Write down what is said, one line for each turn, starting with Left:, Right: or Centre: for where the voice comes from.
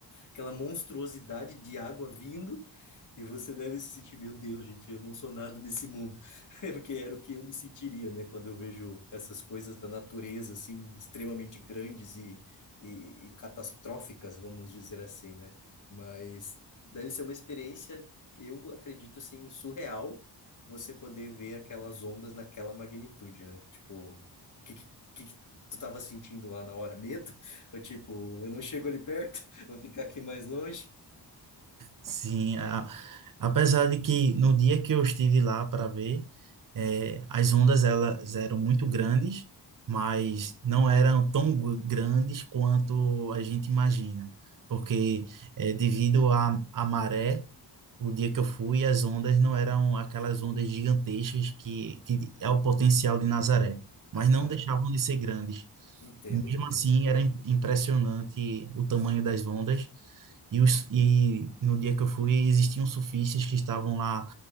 Left: aquela monstruosidade de água vindo e você deve se sentir, meu Deus, gente, eu não sou nada nesse mundo. <laughs> Porque era o que eu me sentiria, né, quando eu vejo essas coisas da natureza, assim, extremamente grandes e, e, e catastróficas, vamos dizer assim, né? Mas deve ser uma experiência, eu acredito, assim, surreal você poder ver aquelas ondas naquela magnitude, né? Tipo, o que, que, que que tu tava sentindo lá na hora? Medo? <laughs> Ou tipo, eu não chego ali perto, <laughs> vou ficar aqui mais longe?
Right: Sim, a- apesar de que no dia que eu estive lá para ver, eh, as ondas elas eram muito grandes, mas não eram tão gu- grandes quanto a gente imagina, porque eh, devido à à maré, o dia que eu fui, as ondas não eram aquelas ondas gigantescas que, que é o potencial de Nazaré, mas
Left: Aham,
Right: não deixavam de ser grandes.
Left: Entendo,
Right: Mesmo
Left: entendo.
Right: assim, era im- impressionante o tamanho das ondas. E, os, e no dia que eu fui, existiam surfistas que estavam lá